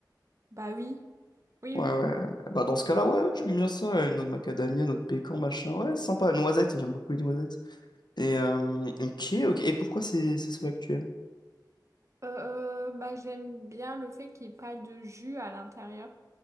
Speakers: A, on the right (about 40°); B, on the left (about 70°).
A: Bah oui, oui,
B: Ouais,
A: oui.
B: ouais. Bah dans ce cas-là, ouais, j'aime bien ça. euh, Noix de macadamia, noix de pécan, machin. Ouais, sympa. Noisettes, j'aime beaucoup les noisettes. Et euh, ok, ok. Et pourquoi c'est c'est cela que tu aimes?
A: Euh, euh, bah j'aime bien le fait qu'il n'y ait pas de jus à l'intérieur.